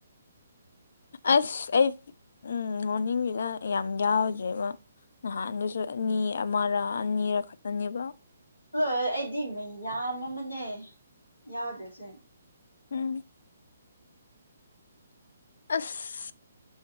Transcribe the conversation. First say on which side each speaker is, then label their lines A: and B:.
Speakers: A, on the left; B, on the left.
A: ꯑꯁ ꯑꯩ ꯎꯝ ꯃꯣꯔꯅꯤꯡꯒꯒꯤꯗ ꯌꯥꯝ ꯌꯥꯎꯗ꯭ꯔꯦꯕ ꯅꯍꯥꯟꯗꯁꯨ ꯑꯅꯤ ꯑꯃꯔ ꯑꯅꯤꯔ ꯈꯠꯇꯅꯦꯕ
B: ꯎꯂꯣꯌꯦ ꯑꯩꯗꯤ ꯃꯩ ꯌꯥꯝ ꯑꯃꯅꯦ ꯌꯥꯎꯗ꯭ꯔꯤꯁꯦ
A: ꯎꯝ ꯑꯁ